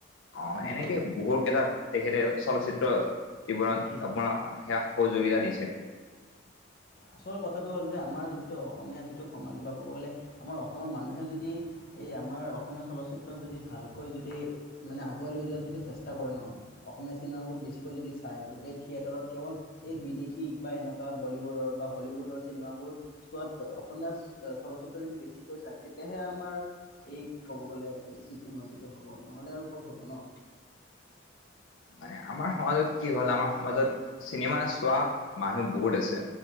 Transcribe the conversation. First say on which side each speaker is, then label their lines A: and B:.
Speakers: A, on the left; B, on the left.
A: অ
B: অঁ
A: এনেকে বহুত কিতা তেখেতে চলচিত্ৰ। কিবা
B: তাকেই
A: তাপা সেয়া সহযোগিতা দিছে।
B: আচল কথাটো হ'ল যে আমাৰ যিটো অসমীয়া যিটো সমাজ বা ক'ব গ'লে আমাৰ অসমৰ মানুহে যদি এই আমাৰ অসমীয়া চলচিত্ৰক যদি ভালকৈ যদি মানে আগুৱাই লৈ যোৱাত যদি চেষ্টা কৰে ন অ অসমীয়া চিনেমাবোৰ বেছিকৈ যদি চায় গোটেই থিয়েটাৰত কেৱল এই বিদেশী বা এনেকুৱা বলিউডৰ বা। হলীউডৰ চিনেমাবোৰ চোৱাতকৈ অসমীয়া চলচিত্ৰ যদি বেছিকৈ চায় তেতিয়াহে আমাৰ। এই ক'ব গ'লে বেছি উন্নতিটো হ'ব নহ'লে আৰু ক'ত হ'ব ন।
A: <inaudible> মানে আমাৰ সমাজত কি হ'ল আমাৰ সমাজত চিনেমা চোৱা মানুহ বহুত আছে।